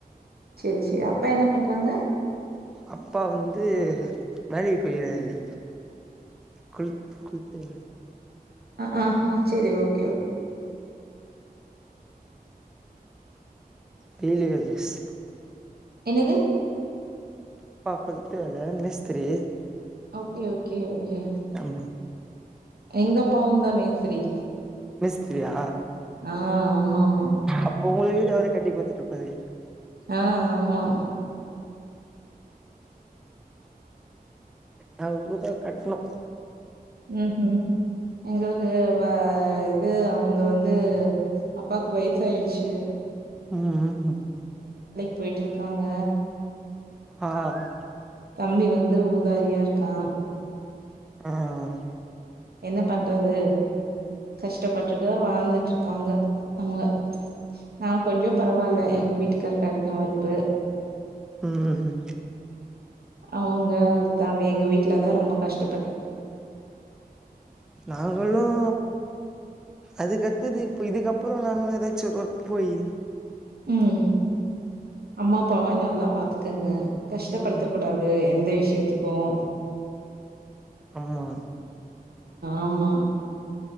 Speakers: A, on the right; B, in the centre.
A: செரி செரி அப்பா என்ன பண்றாங்க
B: அப்பா வந்து வேலைக்கு போயிகிறாரு குல் குத்தவ
A: ஆஹ் ஹன் செரி ஓகே ஓகே
B: டெய்லி வேஜஸ்
A: என்னது
B: ப்பா கொளுத்து வேல மேஸ்திரி
A: ஓகே ஓகே ஓகே
B: ஆம்ம
A: எங்க அப்பாவும் தான் மேஸ்திரி
B: மேஸ்திரியா
A: ஆ ஆமா ஆமா
B: அப்ப உங்களுக்கு வீ அவரேய் கட்டி குடுத்து இருப்பாரு
A: ஆஹ ஆம்மா
B: ஹான் ரொம்பத்தா கட்ணும்
A: ம்ஹூ எங்களுக்கு வா இது அவுங்க வந்து அப்பாக்கு வயசு ஆயிடுச்சு
B: உம்உம்
A: போயிட்டுருக்காங்க
B: ஆஹ்
A: தம்பி வந்து ஊருக் உதாரியா இருக்கான்
B: ஆஹ் ஆஹ்
A: என்ன பண்றது கஷ்டப்பட்டுட்டு வாழ்ந்துட்டுருக்காங்க அவுங்க நான் கொஞ்சம் பரவால எங்க வீட்டுக்கார கட்டின வறுப்பு
B: உம்
A: அவுங்க தமி எங்க வீட்டுலதான் ரொம்ப கஷ்
B: நாங்கல்லும் அதுக்கத்துது இப்ப இதுக்கப்புறம் நாங்களும் ஏதாச்சும் ஒரு ஒர்க் போய்
A: உம் அம்மா அப்பாவா நல்லா பாத்துக்கங்க கஷ்டப்படுத்தக்
B: ம்
A: கூடாது எந்த விஷயத்துக்கும்
B: ஆமா
A: ஆமா